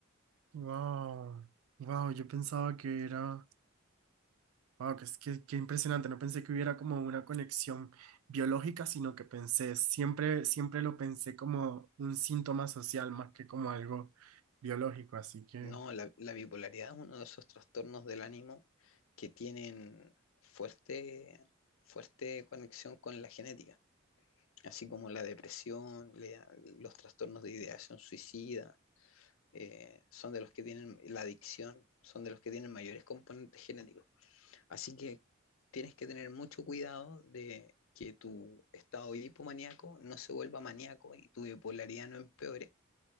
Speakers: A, on the right (about 75°); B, on the left (about 65°).
A: Wow, wow, yo pensaba que era, wow, que, es- que, que impresionante, no pensé que hubiera como una conexión biológica, sino que pensé, siempre, siempre lo pensé como un síntoma social más que como algo biológico, así que...
B: No, la, la bipolaridad es uno de esos trastornos del ánimo que tienen fuerte, fuerte conexión con la genética, así como la depresión, la- los trastornos de ideación suicida, eh, son de los que tienen la adicción, son de los que tienen mayores componentes genéticos. Así que tienes que tener mucho cuidado de que tu estado hipomaníaco no se vuelva maníaco y tu bipolaridad no empeore